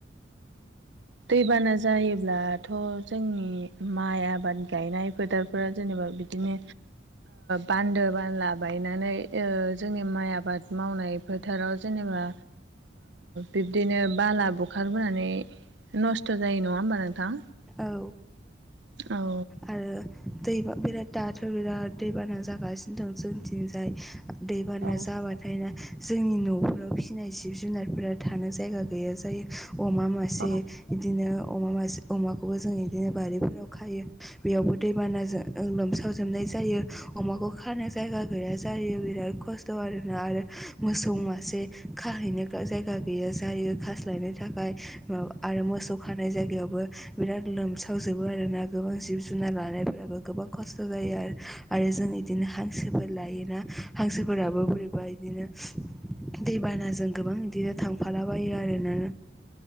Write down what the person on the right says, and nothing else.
दैबाना जायोब्लाथ' जोंनि माइ आबाद गायनाय फोथारफोरा जेनेबा बिदिनो बान्दो बानला बायनानै जोंनि माइ आबाद मावनाय फोथाराव जेनेबा बिब्दिनो बाला बुखारबोनानै नस्थ' जायो नङा होमबा नोंथां
औ
औ
औ